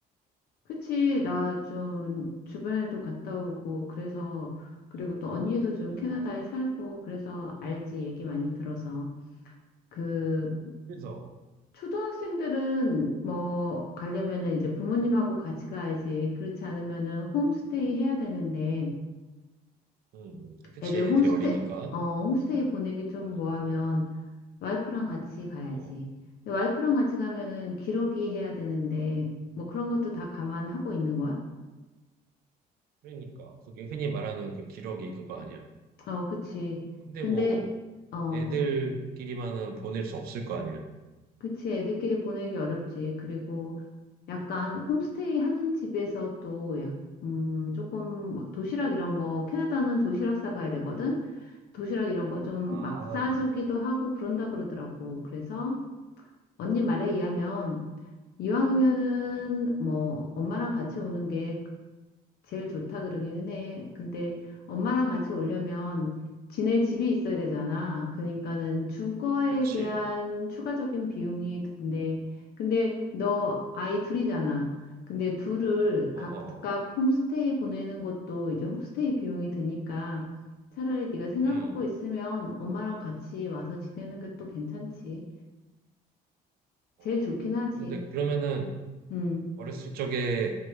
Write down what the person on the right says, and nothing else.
음,
음,
음, 그래서,
음,
음, 음. 그치,
애들이
어리니까.
음, 음.
어,
그러니까. 그게 흔히 말하는 그 기러기 그거 아니야.
근데
뭐,
애들끼리만은 보낼 수 없을 거 아니야.
음,
음.
아,
아,
음,
하고.
그치.
어, 어,
어,
어.
음,
어.
근데 그러면은
어렸을 적에